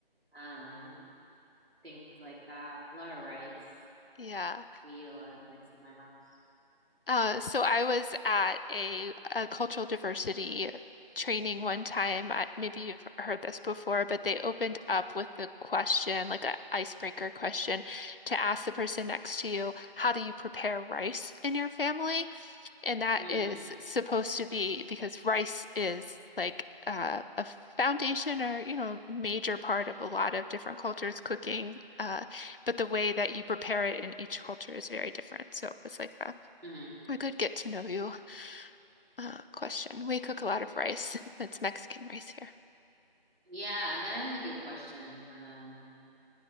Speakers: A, on the right; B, on the left.
A: um things like that. A lot of rice.
B: yeah.
A: We eat a lot of rice in my house.
B: Uh, so I was at a, a cultural diversity training one time. I, maybe you've heard this before, but they opened up with the question, like an icebreaker question, to ask the person next to you, how do you prepare rice in your family? And that
A: Mm.
B: is supposed to be because rice is like uh, a foundation or, you know, a major part of a lot of different cultures' cooking. Uh, but the way that you prepare it in each culture is very different. So it's like a
A: hmm
B: a good get to know you uh, question. We cook a lot of rice. <laughs> It's Mexican rice here.
A: Yeah, that is a good question. Um,